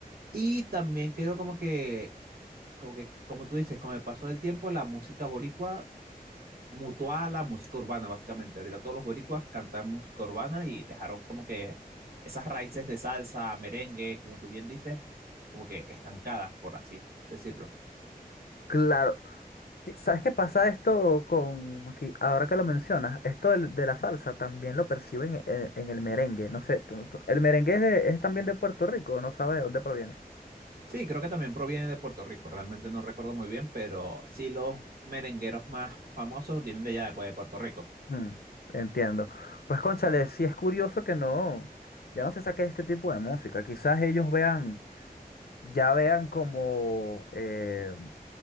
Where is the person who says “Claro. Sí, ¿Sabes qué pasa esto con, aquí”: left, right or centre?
Left